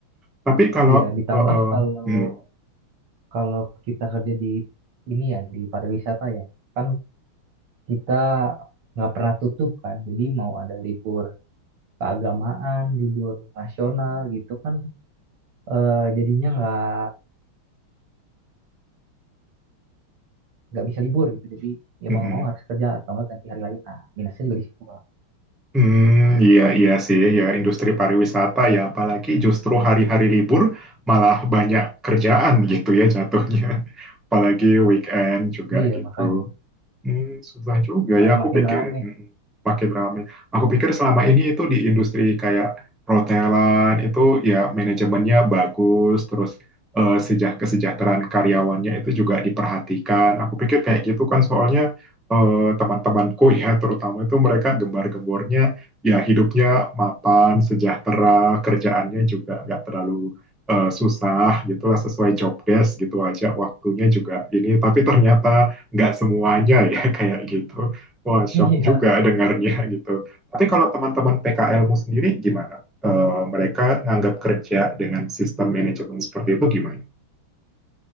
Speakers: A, in the centre; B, on the right (about 85°).
A: Tapi kalau
B: Iya, ditambah
A: eh, eh,
B: kalau
A: hmm,
B: kalau kita kerja di ini ya di pariwisata ya. Kan kita nggak pernah tutup kan. Jadi mau ada libur keagamaan, libur nasional gitu kan eh, jadinya nggak nggak bisa libur gitu jadi ya
A: mm-mm.
B: mau nggak mau harus kerja atau nggak ganti hari lain nah minusnya juga di situ Kak.
A: Hmm, iya iya sih ya industri pariwisata ya apalagi justru hari-hari libur malah banyak kerjaan gitu ya jatuhnya <laughs> apalagi weekend juga
B: Iya,
A: gitu
B: makanya.
A: Hmm, susah juga
B: malah
A: ya. Aku
B: makin
A: pikir
B: rame
A: hmm, makin ramai. Aku pikir selama ini itu di industri kayak perhotelan itu ya manajemennya bagus, terus eh, sejah kesejahteraan karyawannya itu juga diperhatikan. Aku pikir kayak gitu kan soalnya eh, teman-temanku <laughs> ya terutama itu mereka gembar-gembornya ya hidupnya mapan, sejahtera, kerjaannya juga nggak terlalu eh, susah gitulah sesuai job desk gitu aja waktunya juga ini tapi ternyata nggak semuanya ya <laughs> kayak gitu. Wah, shock
B: <laughs>
A: juga
B: iya
A: dengarnya <laughs> gitu. Tapi kalau teman-teman PKLmu sendiri gimana? Eh, mereka nganggap kerja dengan sistem manajemen seperti itu gimana?